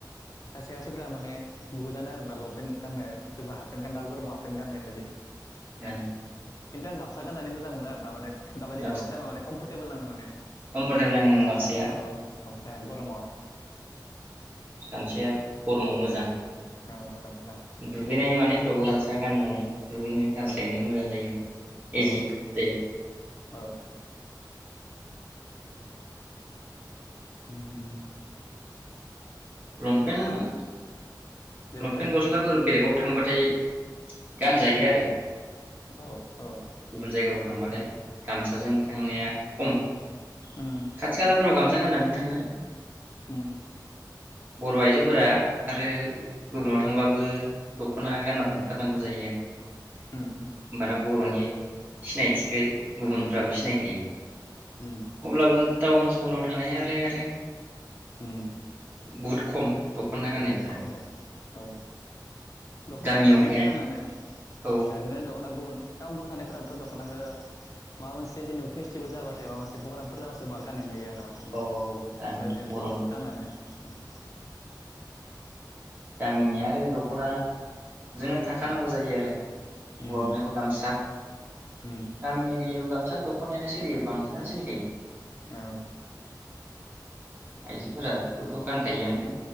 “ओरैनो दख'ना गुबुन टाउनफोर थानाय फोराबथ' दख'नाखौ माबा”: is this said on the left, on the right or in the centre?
Left